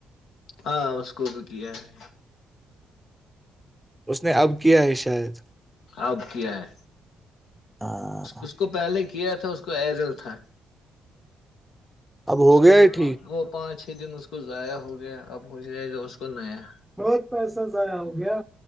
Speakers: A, on the left (about 85°); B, in the centre.
A: ہاں اس کو بھی کیا ہے
B: اس نے اب کیا ہے شاید
A: اب کیا ہے
B: ہاں
A: اس کو پہلے کیا کیا تھا اس کو ایرل تھا
B: اب ہو
A: اس
B: گیا
A: کو وہ
B: ہے ٹھیک
A: وہ پانچ ا دن اس کو ضائع ہو گیا اب ہو گیا گ اس کو نیا
B: بہت پیسہ ضائع ہو گیا